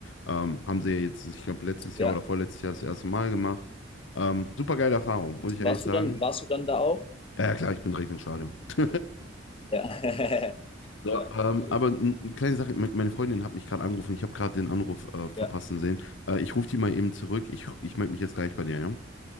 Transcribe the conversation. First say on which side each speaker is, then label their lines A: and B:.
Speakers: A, on the left; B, on the left.
A: Ähm, haben sie jetzt, ich glaube, letztes
B: ja.
A: Jahr oder vorletztes Jahr das erste Mal gemacht. Ähm, super geile Erfahrung, muss ich
B: Warst
A: ehrlich sagen.
B: du dann, warst du dann da auch?
A: Ja, ja, klar, ich bin direkt ins Stadion. <laughs>
B: Ja. <laughs>
A: So,
B: Ja,
A: ähm,
B: cool.
A: aber n- eine kleine Sache, me- meine Freundin hat mich gerade angerufen, ich habe gerade den Anruf äh, verpassen
B: Ja.
A: sehen. Äh, ich rufe die mal eben zurück, ich, ich melde mich jetzt gleich bei dir, ja?